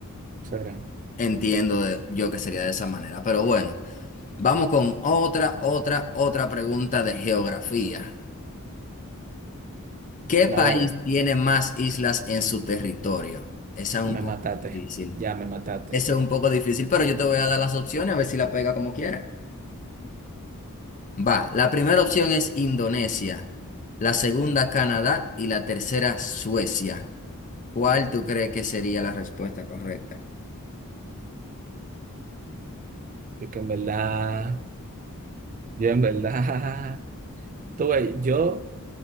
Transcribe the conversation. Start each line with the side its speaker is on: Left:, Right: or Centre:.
Right: será.
Left: Entiendo de- yo que sería de esa manera, pero bueno, vamos con otra, otra, otra pregunta de geografía. ¿Qué
Right: Dale
Left: país
Right: a ver.
Left: tiene más islas en su territorio? Esa es un
Right: Me
Left: poco
Right: mataste.
Left: difícil.
Right: Ya me mataste.
Left: Esa es un poco difícil, pero yo te voy a dar las opciones a ver si la pega como quiera. Va, la primera opción es Indonesia, la segunda Canadá y la tercera Suecia. ¿Cuál tú crees que sería la respuesta correcta?
Right: Es que en verdad, yo en verdad. <laughs> Tú ves, yo,